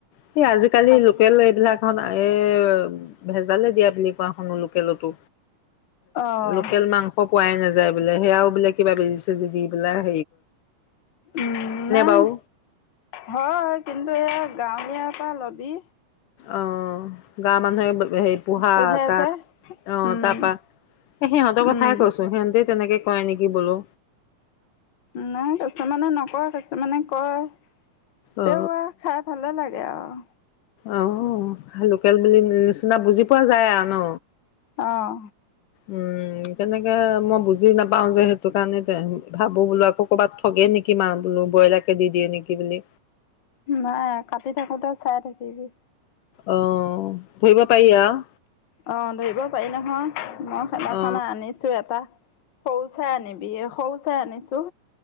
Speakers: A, on the left; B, on the left.
A: সেই আজিকালি
B: খাব
A: লোকেল
B: লাগে
A: এইবিলাক এ ভেজালে দিয়া বুলি কোৱা শুনো লো লোকেলতো
B: অঁ
A: লোকেল মাংস পোৱাই নাযায় বোলে সেয়াও বোলে কিবা বেজিছে যদি বোলে
B: উম নাই
A: বাৰু?
B: হয় কিন্তু এয়া গাঁৱলীয়া পৰা লবি
A: আহ গাৱ মানুহে হে পোহা
B: পোহে
A: তাত
B: যে
A: অ
B: উম
A: তাৰ পৰা স সিহঁতৰ কথাইে
B: উম
A: কৈছো সিহঁতে তেনেকেয কয় নেকি বোলো
B: নাই কিছুমানে মানে নকৰে কিছুমানে কয়
A: অ।
B: তো খাই ভাললে লাগে আৰু
A: আহ লোকেল বুলি নিচিনা বুজি পোৱা যায় আৰু ন
B: অঁ
A: উম কেনেকে মই বুজি নাপাও যে সেইটো কাৰণে ভাবো বোলো আকৌ ক'ৰবাত ঠগে নেকি মা বোলো ব্ৰইলাৰকে দি দিয়ে নেকি বুলি
B: নাই কাটি থাকোতে চাই থাকিবি
A: অ ধৰিব পাৰি আউ
B: অ ধৰিব পাৰি নহয় মই খেতাখন
A: অ।
B: আনিছো এটা সৰু চাই আনিবি সৰু চাই আনিছো